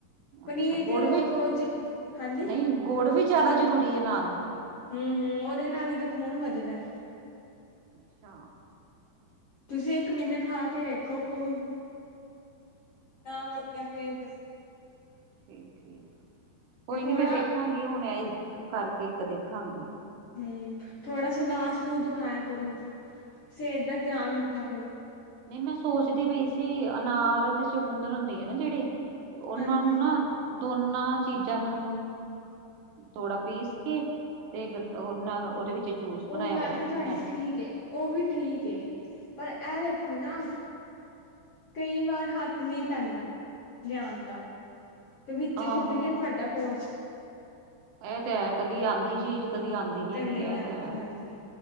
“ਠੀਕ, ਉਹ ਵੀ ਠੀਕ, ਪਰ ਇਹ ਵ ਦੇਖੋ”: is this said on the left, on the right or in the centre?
Left